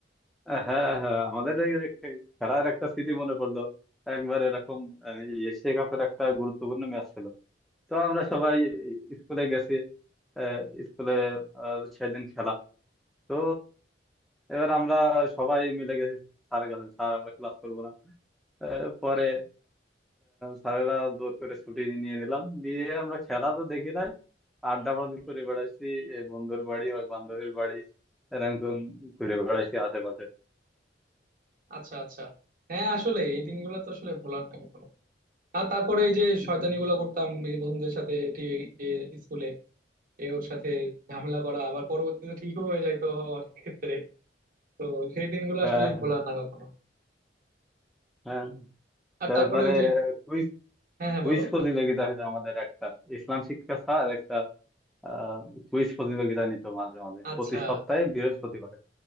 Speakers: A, in the centre; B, on the right.
A: আহ, হ্যাঁ হ্যাঁ, আমাদের এই এক- খেলার একটা স্মৃতি মনে পড়লো একবার এরকম আহ, এশিয়া কাপের একটা গুরুত্বপূর্ণ ম্যাচ ছিল তো আমরা সবাই স্কুলে গেছি আহ, স্কুলে আহ, সেদিন খেলা তো এবার আমরা সবাই মিলে গেছি স্যারের কাছে স্যার আমরা ক্লাস করবো না আহ, পরে স্যারেরা জোর করে ছুটি নিয়ে নিলাম দিয়ে আমরা খেলা তো দেখি নাই আড্ডাবাজি করে বেড়াইছি এ বন্ধুর বাড়ি ওই বান্ধবীর বাড়ি এরকম ঘুরে বেড়াইছি আশেপাশে
B: আচ্ছা আচ্ছা হ্যাঁ আসলে এই দিনগুলো তো আসলে ভোলার না কখনো আর তারপরে এই যে
A: হুম।
B: শয়তানি গুলো করতাম এই বন্ধুদের সাথে এটি যে স্কুলে এ ওর সাথে ঝামেলা করা আবার পরবর্তীতে ঠিকও হয়ে যায় তো অনেক ক্ষেত্রে তো সেই দিনগুলো
A: হ্যাঁ
B: আসলে
A: হ্যাঁ
B: ভোলার না কখনো
A: হ্যাঁ
B: আর
A: তারপরে
B: তারপরে ওই যে
A: কুইজ
B: হ্যাঁ হ্যাঁ
A: কুইজ
B: বলো
A: প্রতিযোগিতা হতো আমাদের একটা ইসলাম শিক্ষা স্যার একটা আহ কুইজ প্রতিযোগিতা নিত মাঝে মাঝে
B: আচ্ছা
A: প্রতি সপ্তাহে বৃহস্পতিবারে